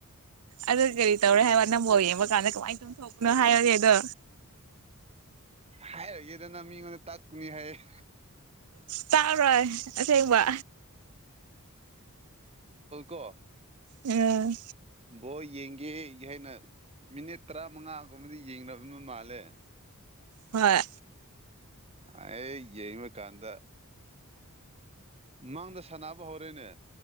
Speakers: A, on the right (about 80°); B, on the right (about 30°).
A: ꯑꯗ ꯀꯔꯤ ꯇꯧ꯭ꯔꯦ ꯍꯥꯏꯦ ꯃꯥ ꯅ ꯑꯃ ꯌꯦꯡꯕ ꯀꯥꯟꯗ ꯀꯃꯥꯏꯅ ꯇꯧꯅ ꯊꯣꯛꯣꯛꯅꯣ ꯍꯥꯏꯔꯒꯦ ꯑꯗꯣ
B: ꯍꯥꯏꯔꯒꯦꯗꯅ ꯃꯤꯉꯣꯟꯗ ꯇꯥꯛꯀꯨꯅꯤ ꯍꯥꯏꯌꯦ
A: ꯇꯥꯛꯔꯣꯏ ꯑꯁꯦꯡꯕ
B: ꯀꯣ
A: ꯎ
B: ꯕ ꯌꯦꯡ ꯀ ꯍꯥꯏꯅ ꯃꯤꯅꯤꯠ ꯇꯔꯥ ꯃꯉꯥꯒꯨꯝꯕꯗꯤ ꯌꯦꯡꯅꯕꯅ ꯃꯥꯜꯂꯦ
A: ꯍꯣꯏ
B: ꯑꯦ ꯌꯦꯕ ꯀꯥꯟꯗ ꯃꯥꯡꯗ ꯁꯥꯟꯅꯕ ꯍꯣꯔꯦꯅꯦ